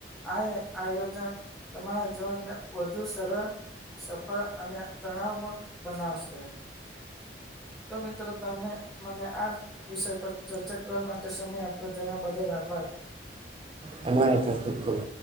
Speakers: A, in the centre; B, on the right (about 30°).
A: આ આયોજન તમારા જીવનને વધુ સરળ સફળ અને તણમટ બનાવશે તો મિત્રો તમે મ વિષય પર ચર્ચા કરવા માટે સમય આપો તેના બદલ આભાર
B: તમારે તો ખૂબ ખૂબ